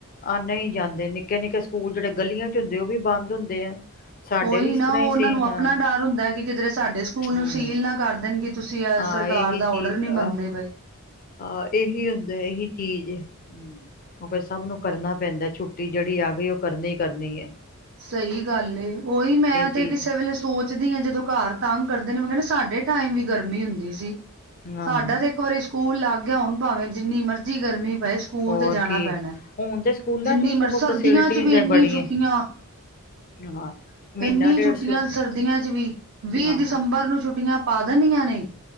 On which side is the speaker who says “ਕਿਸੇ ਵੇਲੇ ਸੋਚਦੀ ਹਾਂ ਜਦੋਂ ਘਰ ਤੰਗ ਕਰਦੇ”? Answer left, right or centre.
Right